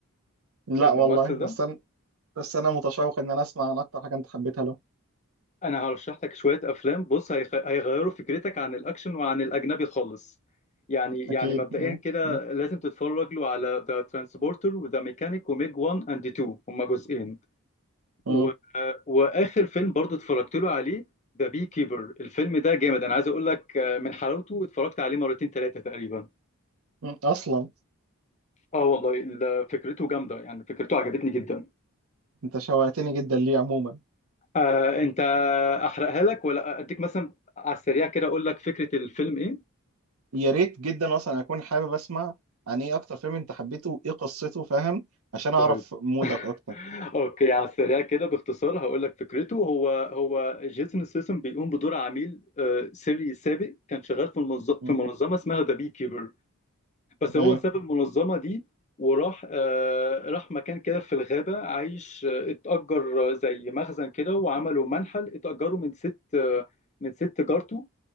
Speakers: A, on the right; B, on the left.
A: لا
B: الممثل
A: والله بس
B: ده
A: انا بس انا متشوق ان انا اسمع عن اكتر حاجه انت حبيتها له
B: انا هرشح لك شويه افلام بص هيخ... هيغيروا فكرتك عن الاكشن وعن الاجنبي خالص يعني يعني
A: اكيد
B: مبدئيا
A: مم.
B: كده لازم تتفرج له على ذا ترانسبورتر وذا ميكانيك وميج 1 اند 2 هما جزئين و...
A: مم.
B: واخر فيلم برضو اتفرجت له عليه ذا بي كيبر الفيلم ده جامد انا عايز اقول لك آه، من حلاوته اتفرجت عليه مرتين ثلاثه تقريبا
A: مم. اصلا
B: اه والله ال- فكرته جامده يعني فكرته عجبتني جدا
A: انت شوقتني جدا ليه عموما
B: آه انت احرقها لك ولا اديك مثلا على السريع كده اقول لك فكره الفيلم ايه
A: يا ريت جدا اصلا اكون حابب اسمع عن ايه اكتر فيلم انت حبيته وايه قصته فاهم عشان اعرف
B: طيب
A: مودك اكتر
B: <laughs> اوكي على السريع كده باختصار هقول لك فكرته هو هو جيسون سيسم بيقوم بدور عميل آه، سري سابق كان شغال في المنظ-
A: مم.
B: في منظمه اسمها ذا بي كيبر بس
A: ايوه
B: هو ساب المنظمة دي وراح آه، راح مكان كده في الغابة عايش آه، اتأجر زي مخزن كده وعملوا منحل اتأجروا من ست آه، من ست جارته